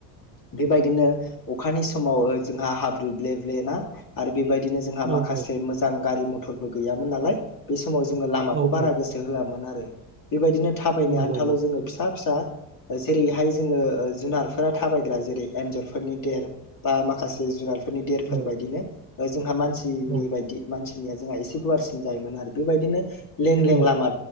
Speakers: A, on the left; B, on the right.
A: बेबायदिनो अखानि समाव जोंहा हाब्रु ब्ले ब्लेना आरो बेब बायदिनो जोंहा
B: औ
A: माखासे
B: औ
A: मोजां गारि मटरबो गैयामोन नालाय बे समाव जोङो लामाखौ
B: औ
A: बारा
B: औ
A: गोसो होआ मोन आरो बेबायदिनो थाबायनो
B: नंगौ
A: आनथाल'
B: नंगौ
A: जोङो फिसा फिसा जेरैहाय जोङो ओ जुनारफोरा थाबायग्रा जेरै एन्जरफोरनि देर बा माखासे जुनार फोरनि देरफोर
B: औ
A: बायदिनो ओ जोंहा मानसिनि
B: औ
A: बायदि मान सिना जोंहा एसे गुवारसिन जायोमोन आरो बेबायदिनो लें लें
B: नंगौ
A: लामा